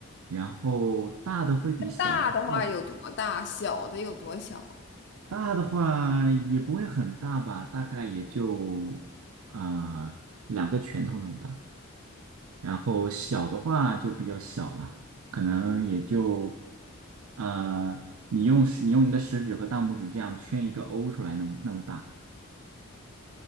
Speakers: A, on the right; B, on the left.
A: 然后大的会比小的效果
B: 大的话有多大？小的有多小？
A: 大的话也不会很大吧，大概也就啊、呃两个拳头那么大。然后小的话就比较小了，可能也就，呃，你用食你用你的食指和大拇指这样圈一个 O 出来，那么那么大。